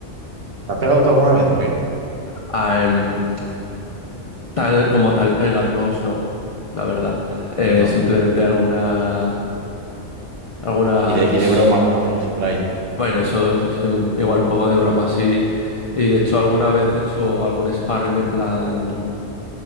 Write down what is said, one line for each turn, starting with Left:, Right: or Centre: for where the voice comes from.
Right: ¿Te has pegado tú alguna vez o qué?
Left: Ah, em, tal como tal pegarnos, no, la verdad. Eh,
Right: Yo tampoco.
Left: simplemente alguna, alguna,
Right: Y de, y
Left: pues,
Right: de broma con amigos y por ahí.
Left: bueno, eso es, es un- igual un poco de broma así. Y de hecho alguna vez he hecho algún sparring en plan